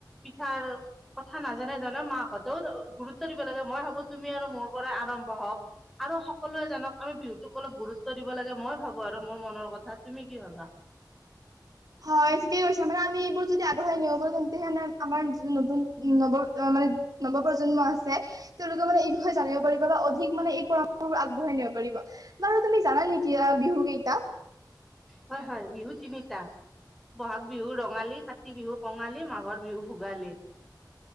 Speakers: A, in the centre; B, on the right.
A: পিঠাৰ কথা নাজানে জান, মাহঁতেও গুৰুত্ব দিব লাগে। মই ভাবো তুমি আৰু মোৰ পৰা আৰম্ভ হওক। আৰু সকলোৱে জানক। আমি বিহুটোক অলপ গুৰুত্ব দিব লাগে, মই ভাবো আৰু মোৰ মনৰ কথা। তুমি কি ভাবা?
B: হয় ঠিকেই কৈছো। মানে আমি এইবোৰ যদি আগবঢ়াই নিবো তেন্তে হে আমাৰ যি নতুন ন মানে নৱপ্ৰজন্ম আছে, তেওঁলোকে মানে এই বিষয়ে জানিব পাৰিব বা অধিক মানে এই পৰম্পৰাবোৰ আগবঢ়াই নিব বাৰু তুমি জানা নেকি বিহু কেইটা?
A: হয় হয়। বিহুতিনিতা। বহাগ বিহু ৰঙালী, কাতি বিহু কঙালী, মাঘৰ বিহু ভোগালী।